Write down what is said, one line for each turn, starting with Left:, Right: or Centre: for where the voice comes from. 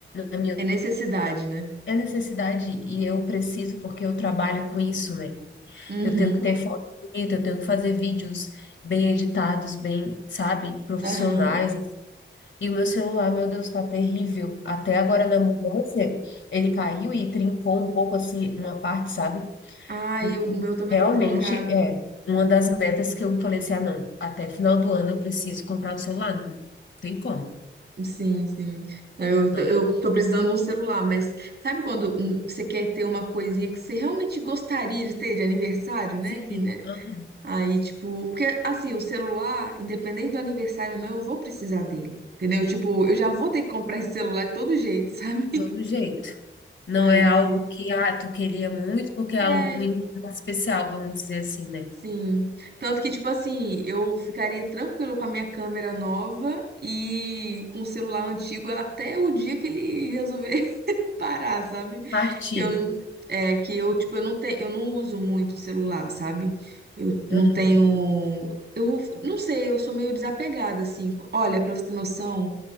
Left: na minha
Right: é necessidade, né?
Left: É necessidade e eu preciso porque eu trabalho com isso, né?
Right: Uhum.
Left: Eu tenho que ter foto bonita, eu tenho que fazer vídeos bem editados, bem, sabe, profissionais.
Right: Aham.
Left: E o meu celular, meu Deus, tá terrível. Até agora na mudança, ele caiu e trincou um pouco assim uma parte, sabe?
Right: Ai,
Left: Então,
Right: o meu também
Left: realmente
Right: tá trincado.
Left: é uma das metas que eu falei assim, ah, não, até final do ano eu preciso comprar um celular, não tem como,
Right: Sim, sim. Eu,
Left: não.
Right: tô- eu tô precisando de um celular, mas sabe quando hum, você quer ter uma coisinha que você realmente gostaria de ter de aniversário, né?
Left: Sim,
Right: Que, né?
Left: aham.
Right: Aí, tipo, porque assim, o celular, independente do aniversário ou não, eu vou precisar dele. Entendeu? Tipo, eu já vou ter que comprar esse celular de todo jeito, <laughs> sabe?
Left: Todo jeito. Não
Right: Aí,
Left: é algo que, ah, tu queria muito porque
Right: é,
Left: é um- nenhum prato especial, vamos dizer assim, né?
Right: sim. Tanto que, tipo assim, eu ficaria tranquilo com a minha câmera nova e com o celular antigo até o dia que ele resolver parar, sabe?
Left: Partir.
Right: Eu n- é que eu tipo eu não tenho, eu não uso muito o celular, sabe? Eu não
Left: Aham.
Right: tenho eu não sei, eu sou meio desapegada assim. Olha, pra você ter noção,